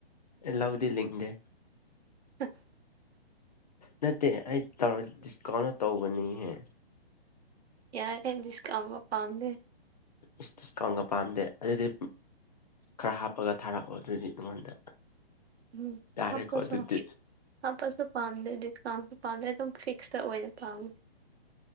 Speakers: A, on the left; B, on the right.
A: ꯂꯧꯗꯤ ꯂꯤꯡꯗꯦ
B: ꯎꯝ <unintelligible>
A: ꯅꯠꯇꯦ ꯑꯩ ꯇꯧꯔ ꯗꯤꯁꯀꯥꯎꯟ ꯇꯧꯕꯅꯤꯍꯦ
B: ꯌꯥꯔꯦꯍꯦ ꯗꯤꯁꯀꯥꯎꯟꯒꯥ ꯄꯥꯝꯗꯦ
A: ꯏꯁ ꯗꯤꯁꯀꯥꯎꯟꯒ ꯄꯥꯝꯗꯦ ꯑꯗꯨꯗꯤ ꯈꯔ ꯍꯥꯞꯄꯒ ꯊꯥꯔꯛꯑꯣ ꯑꯗꯨꯗꯤ ꯑꯩꯉꯣꯟꯗ
B: ꯎꯝ
A: ꯌꯥꯔꯦꯀꯣ
B: ꯍꯥꯞꯄꯁꯨ
A: ꯑꯗꯨꯗꯤ
B: ꯍꯥꯞꯄꯁꯨ ꯄꯥꯝꯗꯦ ꯗꯤꯁꯀꯥꯎꯟꯁꯨ ꯄꯥꯝꯗꯦ ꯑꯗꯨꯝ ꯐꯤꯛꯁꯇ ꯑꯣꯏꯅ ꯄꯥꯝꯃꯦ